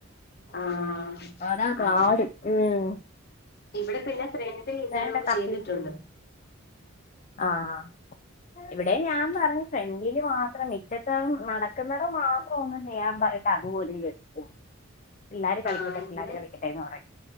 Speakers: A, on the left; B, on the left.
A: ആഹ്
B: അതാ പാട്
A: അത
B: മ്മ്
A: ഇവിടെ പിന്നെ ഫ്രണ്ടിൽ ഇന്റർലോക്ക്
B: വേണ്ട തപ്പി
A: ചെയ്ത്ട്ടുണ്ട്
B: ആഹ് ഇവിടെ ഞാൻ പറഞ്ഞു ഫ്രണ്ടില് മാത്രം മിറ്റത്തും നടക്കുന്നടം മാത്രം ഒന്നും ചെയ്യാൻ പറ- അതുപോലും
A: <inaudible>
B: <unintelligible> പിള്ളാര് കളിക്കട്ടെ
A: ആഹ്
B: പിള്ളാര്
A: ഇവിടെ
B: കളിക്കട്ടെന്ന് പറയും